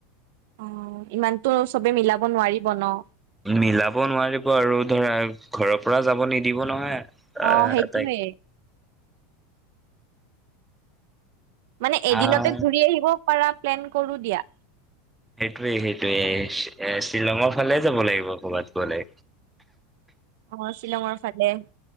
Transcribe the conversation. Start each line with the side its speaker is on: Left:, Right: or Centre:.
Right: অ ইমানতো চবে মিলাব নোৱাৰিব ন।
Centre: মিলাব নোৱাৰিব আৰু ধৰা ঘৰৰ পৰা যাব নিদিব নহয়। আহ
Right: অ সেইটোৱে।
Centre: তাইক
Right: মানে এদিনতে
Centre: আহ
Right: ঘূৰি আহিব পাৰা প্লেন কৰোঁ দিয়া।
Centre: সেইটোয়ে সেইটোয়ে এ শ্বিলঙৰ ফালে যাব লাগিব ক'বাত গলে।
Right: অ শ্বিলঙৰ ফালে